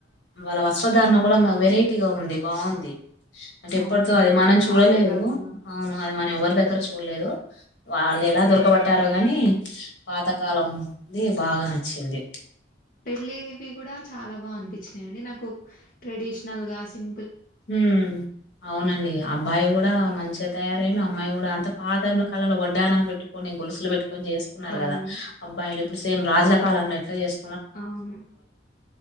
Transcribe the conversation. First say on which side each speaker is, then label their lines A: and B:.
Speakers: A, on the left (about 70°); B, on the left (about 50°).
A: వాళ్ళ వస్త్రధారణ కూడా వెరైటీగా ఉంది బాగుంది అంటే ఎప్పటిదో
B: అవును
A: అది మనం చూడలేదు
B: పాతకాలంలాగా
A: అవును అది మనం ఎవరి దగ్గర చూడలేదు వాళ్ళు ఎలా దొరకబట్టారో గానీ పాతకాలంది బాగా నచ్చింది
B: పెళ్ళివి కూడా చాలా బాగా అనిపించినాయండి నాకు ట్రెడిషనల్ గా సిం
A: హ్మ్ అవునండి అబ్బాయి కూడా మంచిగా తయారయిం అమ్మాయి కూడా అంత పాతల కాలంలో వడ్డానం పెట్టుకొని గొలుసులు పెట్టుకొని చేస్తుకున్నారు
B: అవును.
A: కదా అబ్బాయిలు సేమ్ రాజుల కాలంలో ఎట్లా చేసు
B: అవును